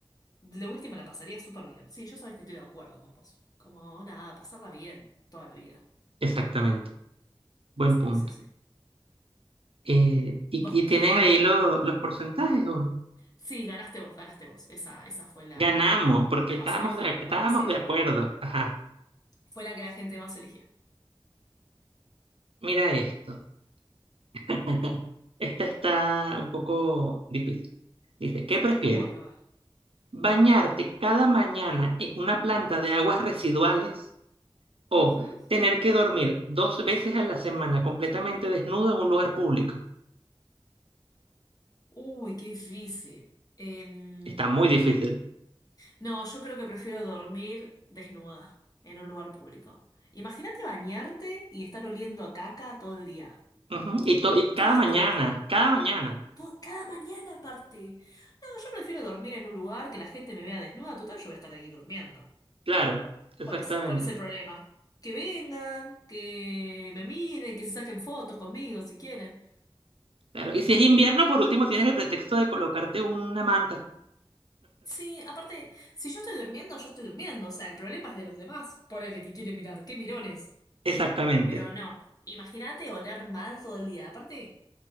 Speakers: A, on the left; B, on the right.
A: lo último la pasaría súper bien. Sí, yo sabes que estoy de acuerdo con vos. Como nada, pasarla bien toda la vida.
B: exactamente. Buen
A: Sí,
B: punto.
A: sí, sí.
B: Eh, y,
A: Vos
B: y tienen
A: que...
B: ahí lo- los porcentajes, ¿o no?
A: Sí, ganaste vos, ganaste vos. Esa, esa fue la,
B: Ganamos, porque
A: la
B: estábamos
A: más elegida.
B: de, estábamos
A: Bueno, sí,
B: de
A: es verdad.
B: acuerdo. Ajá,
A: Fue la que la gente más elegía.
B: mira esto. <laughs> Esta está un poco difícil. Dice, ¿qué prefieres?
A: Bueno, a
B: Bañarte cada mañana en una planta de aguas residuales o
A: ver. Ujú.
B: tener que dormir dos veces a la semana completamente desnudo en un lugar público.
A: Uy, qué difícil. Em,
B: Está muy difícil.
A: no, yo creo que prefiero dormir desnuda en un lugar público. Imagínate bañarte y estar oliendo a caca todo el día.
B: Ujú, Y, to- y cada
A: ¡Qué asco!
B: mañana, cada mañana.
A: Todo, cada mañana aparte. No, yo prefiero dormir en un lugar que la gente me vea desnuda. Total, yo voy a estar ahí durmiendo.
B: Claro, exactamente.
A: ¿Cuál es, cuál es el problema? Que vengan, que me miren, que se saquen fotos conmigo si quieren.
B: Claro. Y si es invierno, por último, tienes el pretexto de colocarte una manta.
A: Sí, aparte, si yo estoy durmiendo, yo estoy durmiendo. O sea, el problema es de los demás. Ponele que quiere mirar. ¡Qué mirones!
B: Exactamente.
A: Pero no, imagínate oler mal todo el día. Aparte,